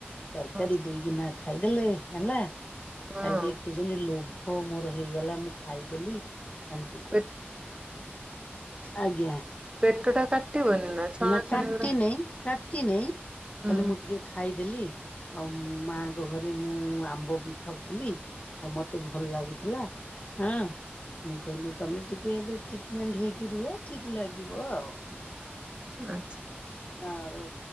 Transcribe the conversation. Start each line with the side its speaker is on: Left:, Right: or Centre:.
Left: ତରକାରୀ
Right: ହଁ।
Left: ଦୁଇଗିନା ଖା ଖାଇଦଲେ ହେଲା
Right: ହଁ
Left: ଖାଇଦେଇ କୋଉଚନ୍ତି ଲୋଭ ମୋର ହେଇଗଲା ମୁଁ ଖାଇଦେଲି ଏମିତି କୋଉଚନ୍ତି।
Right: ପେ
Left: ଆଜ୍ଞା।
Right: ପେଟ ଟା କାଟିବନି ଛଣା
Left: ନା
Right: ଛଣି
Left: କାଟିନେଇଁ
Right: ଗୁଡା
Left: କାଟିନେଇଁ
Right: ହୁଁ
Left: କହିଲେ ମୁଁ ଟିକେ ଖାଇଦେଲି ଆଉ ମାଆଙ୍କ ଘରେ ମୁଁ ଆମ୍ବ ବି ଖାଉଥିଲି। ଆଉ ମତେ ଭଲ ଲାଗୁଥିଲା ହଁ ମୁଁ କହିଲି ତମେ ଟିକେ ଏବେ ମେଣ୍ଢି ହେଇକି ରୁହ ଠିକ ଲାଗିବ ଆଉ।
Right: ହୁଁ ଆଚ୍ଛା ଆଚ୍ଛା।
Left: ହଁ ଆଉ